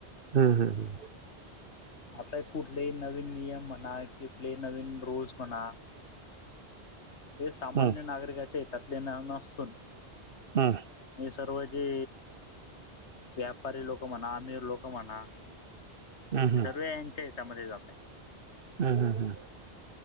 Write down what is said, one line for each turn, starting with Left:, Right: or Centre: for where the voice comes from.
Right: हम् हम् हम
Left: आता कुठलेही नवीन नियम म्हणा कुठले नवीन रूल्स म्हणा हे सामान्य
Right: हं, हं,
Left: नागरिकाच्या हतातले न नसून
Right: हं,
Left: हे सर्व जे व्यापारी लोक म्हणा आमिर लोक म्हणा
Right: हं,
Left: सर्व यांच्या हच्यामध्ये जातय
Right: हम्म हम् हम्